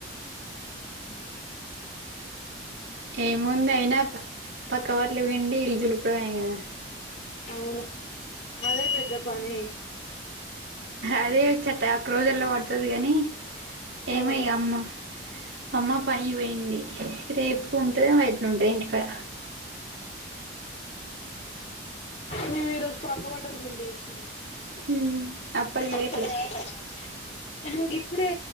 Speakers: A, on the left; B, on the right.
A: ఉమ్
B: ఏముంది అయినా పక్క బట్లు పిండి ఇల్లు దులుపడమే గదా
A: అవును అదే పెద్ద పని
B: అదే చెట్ట ఒక్క రోజుల్లో బడతది గాని ఏమో
A: అవును
B: ఇగ అమ్మ అమ్మా పని పోయింది రేపు ఉంటదో ఎట్లుంటదో ఇంటికాడ
A: మేము ఈరోజు పక్క బట్టలు పిండేసినము
B: ఉమ్ అప్పలు చేయట్లే
A: ఆహా గిప్పుడే